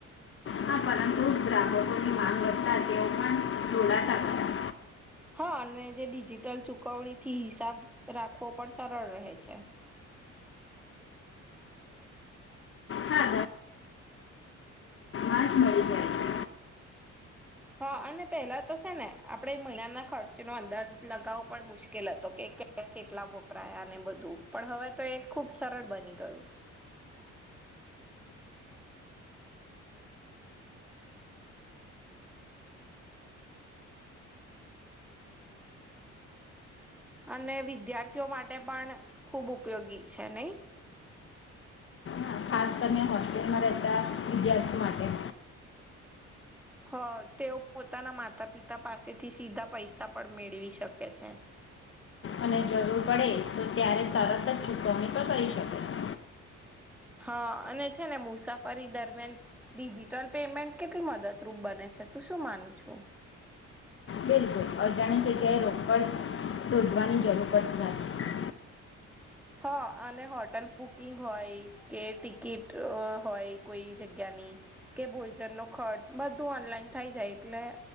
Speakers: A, on the left; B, in the centre.
A: હા પરંતુ ગ્રાહકોની માંગ વધતા તેઓ પણ જોડાતા ખરા
B: હા અને જે ડિજિટલ ચુકવણીથી હિસાબ રાખવો પણ સરળ રહે છે.
A: હા આજ મળી જાય છે.
B: હ અને પેલા તો છે ને આપણે મહિનાના ખર્ચનો અંદાજ લગાવો પણ મુશ્કેલ હતો કે કેટલા વપરાયાને બધું પણ હવે તો એ ખુબ સરળ બની ગયું. અને વિદ્યાર્થીઓ માટે પણ ખુબ ઉપયોગી છે નઈ
A: હા ખાસ કરીને હોસ્ટેલમાં રહેતા વિદ્યાર્થીઓ માટે
B: હ તેઓ પોતાના માતા પિતા પાસેથી સીધા પૈસા પણ મેળવી શકે છે.
A: અને જરૂર પડે તો ત્યારે તરત જ ચુકવણી પણ કરી શકે છે.
B: હા અને છે ને મુસાફરી દરમિયાન ડિજિટલ પેમેન્ટ કેટલી મદદરૂપ બને છે તું શું માનું છું.
A: બિલકુલ અજાણી જગ્યાએ રોકડ શોધવાની જરૂર પડતી નથી.
B: હા અને હોટલ બુકિંગ હોય કે ટિકિટ હોય કોઈ જગ્યાની કે ભોજનનો ખર્ચ બધું ઓનલાઈન થઈ જાય એટલે